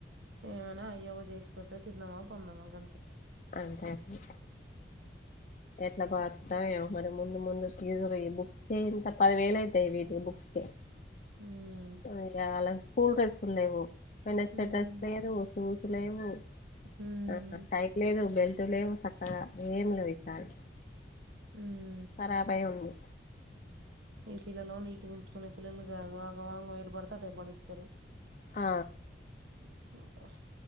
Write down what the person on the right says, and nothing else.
ఏమైనా అయ్యావా జేచి పెడితే తిందావా పందవా గంతే.
ఉహ్మ్
మ్మ్
మ్మ్
హుమ్మ్
ఈ పిల్లలు నీట్ గా ఉంచుకునే పిల్లలు గాదు ఆగం ఆగం ఏడి పడితే అటు పడేతరు.
చెప్పో హోహ